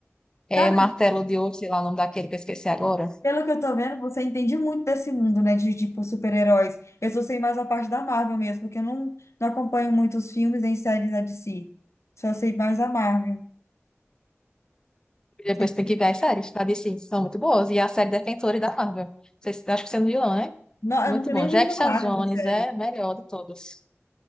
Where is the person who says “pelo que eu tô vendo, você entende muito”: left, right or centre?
Left